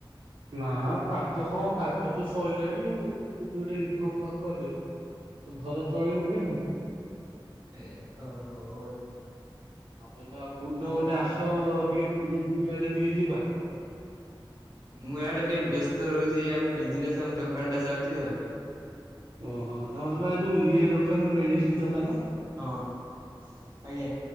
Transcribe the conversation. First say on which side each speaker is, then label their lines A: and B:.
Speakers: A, on the right; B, on the right.
A: ନା ପାଠ କଣ ପାଠ ତ ଶଇଲାଣି କୋଉଠି ଗୋଟେ ଇନକମ୍ ନ କଲେ ଘର ଚଳେଇବୁ କେମିତି?
B: ଏ ଓ ହୋ।
A: ତମେ ତ କଉ
B: କଣ?
A: ଦିନ ଗୋଟେ ଆସ, ଟିକେ ପୁରୀ ଫୁରୀ ଆଡେ ଟିକେ ଯିବା।
B: ମୁଁ ଆଡେ ଟିକେ ବ୍ୟସ୍ତ ରହୁଛି, ଆମ ବିଜନେସ ଆମ ଦୋକାନ ଟା ଚାଲିଛି ତ।
A: ଓହୋ ତମର ତ ବା ଯୋଉ ଇଏ ଦୋକାନ ମେଡିସିନ ଦୋକାନ?
B: ହଁ।
A: ଓ ହୋ
B: ଆଜ୍ଞା